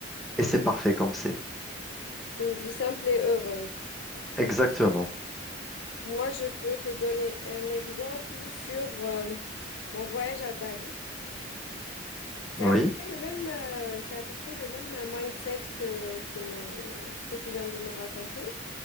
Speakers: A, in the centre; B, on the left.
A: et c'est parfait comme c'est.
B: Une vie simple et heureuse.
A: Exactement.
B: Moi, je peux te donner un exemple sur euh, mon voyage à Bali. C'est
A: Oui,
B: à peu près le même, euh, c'est à peu près le même euh, mindset que, que ce que tu viens de me raconter.